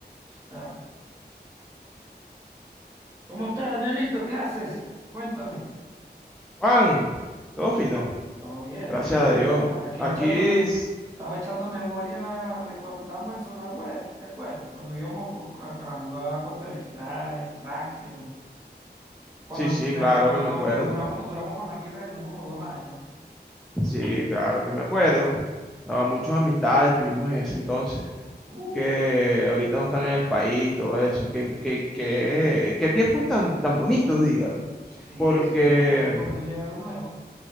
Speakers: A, on the right; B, in the centre.
A: Está. ¿Cómo estás, Nelito? ¿Qué haces? Cuéntame.
B: Juan, todo fino,
A: Todo bien,
B: gracias
A: Rey, aquí.
B: a Dios.
A: Aquí
B: Aquí,
A: echándome,
B: s-
A: estaba echando memoria de cuando estábamos en zona web, ¿te acuerdas? Cuando íbamos co- a, a jugar Counter-Strike, Rakion, cuando,
B: sí, sí,
A: eh,
B: claro
A: cuando
B: que me
A: no,
B: acuerdo.
A: no duramos, duramos con la fiebre del Mu como dos años.
B: Sí, claro que me acuerdo. No, muchas amistades tuvimos en ese entonces,
A: Uh,
B: que ahorita no están en el país, todo eso. Qué, qué, qué- qué tiempos tan, tan bonitos, dígalo.
A: sí,
B: Porque,
A: esos eran unos tiempos que no llegan de nuevo.